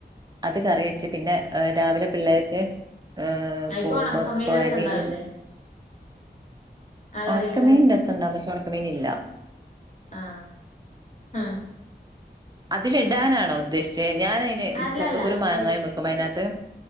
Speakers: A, on the right; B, on the left.
A: അത് കറി വെച്ചു പിന്നെ രാവിലെ പിള്ളേര്ക്ക് ഏ
B: അയിക്ക്
A: തുമ്പോ
B: ഒണക്കമീൻ
A: സബീൻ
B: രസം ഉണ്ടാവില്ലേ ആ
A: ഉണക്കമീൻ
B: കറിക്ക്
A: രസണ്ടാവും പക്ഷേ ഉണക്കമീൻ ഇല്ല
B: അ ഹ്
A: അതില ഇടാനാണോ ഉദ്ദേശിച്ചേ ഞാൻ അതിന്
B: അല്ലല്ല
A: ചക്കക്കുരു മാങ്ങായും
B: പൊരിച്ച്
A: വെക്കുമ്പോ അയിനകത്ത്